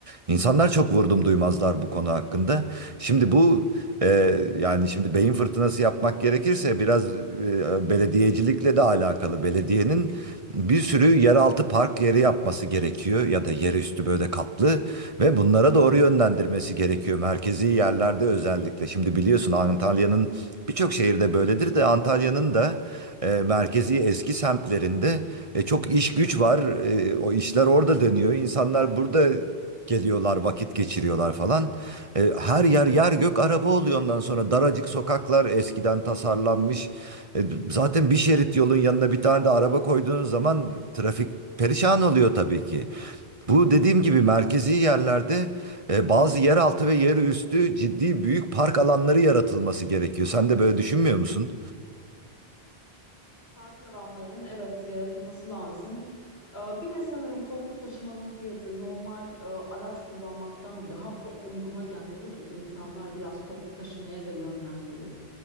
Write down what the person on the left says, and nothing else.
Park alanlarının evet yaratılması lazım. Ee, Bir de sanırım toplu taşımanın fiyatı normal e, araç kullanmaktan daha uyguna gelmeli ki insanlar biraz toplu taşımaya da yönlenmeli.